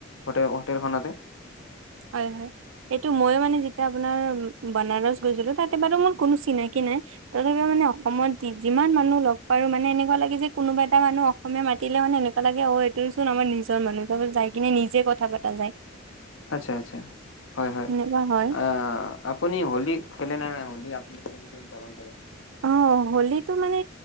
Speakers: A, on the left; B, on the right.
A: হোটে হোটেলখনতে
B: হয় হয় এইটো মই মানে যি আপোনাৰ বনাৰস গৈছিলো তাতে বাৰু মোৰ কোনো চিনাকি নাই তথাপিও মানে অসমত যি যিমান মানুহ লগ পায়ো মা মানে এনেকুৱা লাগে যে কোনোবা এটা মানুহ অসমীয়া মাতিলে মানে এনেকুৱা লাগে অ এইটো চোন আমাৰ নিজৰ মানুহ তাছত যাই কিনে নিজে কথা পাতা যায়
A: আচ্ছা আচ্ছা হয় হয়
B: সেনেকুৱা হয়
A: আ আপুনি হোলি খেলে নে নাই হলি আপুনি কেনেকে উদযাপন কৰে
B: অ, হলীটো মানে